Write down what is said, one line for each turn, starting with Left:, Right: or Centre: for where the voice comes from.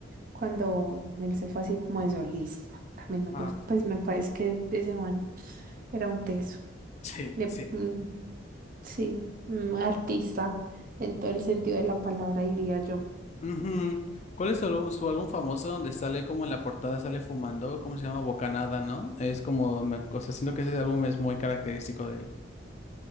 Right: cuando él se fue así como de solista, también me
Left: Ah.
Right: gusta, pues
Left: <laughs>
Right: me parece que ese man era un teso,
Left: Sí,
Right: de-
Left: sí.
Right: mm, sí, un artista en todo el sentido de la palabra diría yo.
Left: Ujú. ¿Cuál es su álbum, su álbum famoso donde sale como en la portada sale fumando? ¿Cómo se llama? Bocanada, ¿no? Es como, me, o sea, siento que ese álbum es muy característico de él.